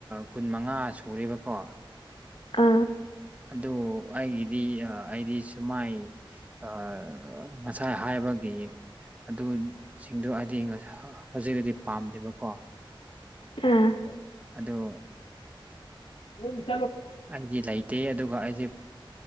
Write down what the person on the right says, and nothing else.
ꯀꯨꯟꯃꯉꯥ ꯁꯨꯔꯦꯕꯀꯣ
ꯑꯗꯨ ꯑꯩꯒꯤꯗꯤ ꯑꯩꯗꯤ ꯁꯨꯃꯥꯏ ꯑ ꯉꯁꯥꯏ ꯍꯥꯏ ꯕꯒꯤ ꯑꯗꯨꯁꯤꯡꯗꯣ ꯍꯥꯏꯗꯤ ꯍꯧꯖꯤꯛꯇꯗꯤ ꯄꯥꯝꯗꯦꯕꯀꯣ
ꯑꯗꯣ
ꯑꯩꯗꯤ ꯂꯩꯇꯦ ꯑꯗꯨꯒ ꯑꯩꯗꯤ